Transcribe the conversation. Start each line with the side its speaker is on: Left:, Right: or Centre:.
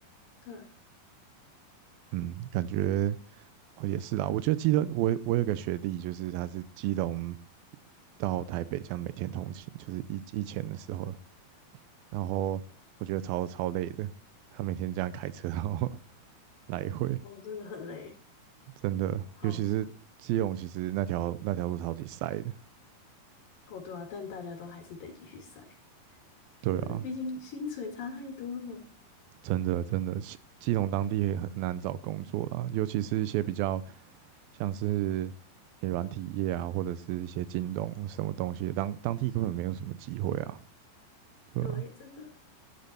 Left: 对啊，
Right: 嗯，感觉哦也是啦。我觉得基隆，我我有个学弟，就是他是基隆到台北这样每天通勤，就是以以前的时候，然后我觉得超超累的，他每天这样开车然后 <laughs> 来回，
Left: 哦，真的很累，
Right: 真的，
Left: 超级。
Right: 尤其是基隆，其实那条那条路超级塞的。
Left: 哦，对啊，但大家都还是得继续晒。
Right: 对啊，
Left: 就是毕竟薪水差太多了。
Right: 真的真的，基基隆当地也很难找工作啦，尤其是一些比较像是诶软体业啊，或者是一些京东什么东西，当当地根本没有什么机会啊，对啊，
Left: 对，真的。